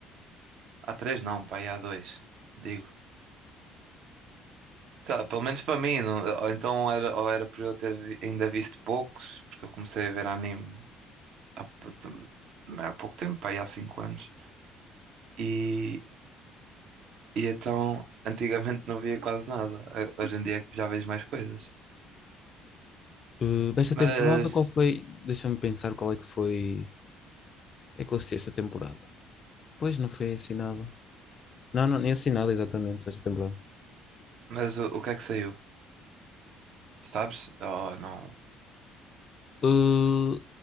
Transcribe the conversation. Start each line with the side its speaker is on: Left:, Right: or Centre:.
Right: Há três não, pá, aí há dois, digo. Sei lá, pelo menos para mim, não- ou então era, ou era por eu ter vi- ainda visto poucos, porque eu comecei a ver anime. há, também há pouco tempo, pá, aí há cinco anos. E, e então, <laughs> antigamente não via quase nada. A- Hoje em dia é que já vejo mais coisas.
Left: Eh, desta
Right: Mas,
Left: temporada, qual foi? Deixa-me pensar qual é que foi. que é que eu assisti esta temporada? Pois não foi assinada. Não, não, nem assinada exatamente esta temporada.
Right: mas o, o que é que saiu? Sabes? Oh, não.
Left: Uh,